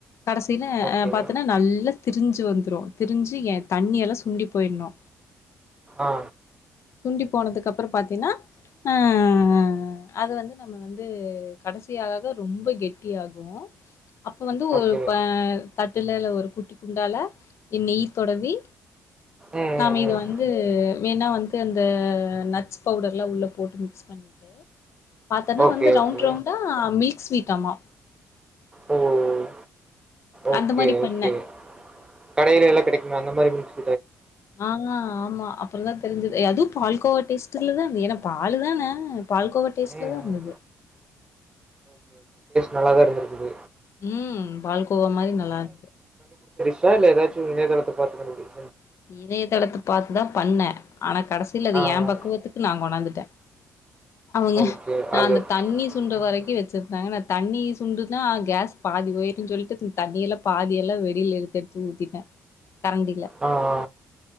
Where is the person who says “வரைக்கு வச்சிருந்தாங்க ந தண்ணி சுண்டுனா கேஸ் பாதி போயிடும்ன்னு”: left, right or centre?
Left